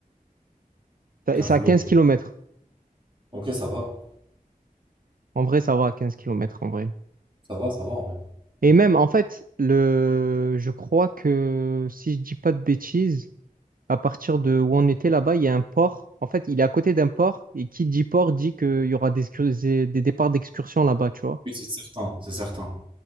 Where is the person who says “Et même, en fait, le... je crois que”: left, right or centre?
Right